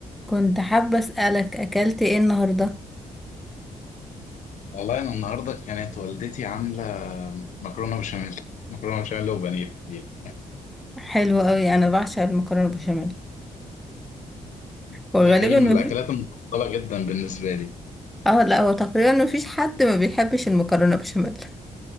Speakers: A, in the centre; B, on the left.
A: كنت حابة أسألك أكلت إيه النهاردة؟
B: والله انا النهارده كانت والدتي عامله مكرونه بشاميل مكرونه بشاميل وبانيه دي
A: حلو أوي أنا بعشق المكرونة بشاميل
B: ده
A: وغالبا
B: حقيقي من
A: ما
B: الاكلات
A: في
B: المفضله جدا بالنسبه لي
A: اه لا هو تقريبا ما فيش حد ما بيحبش المكرونة بشاميل <laughs>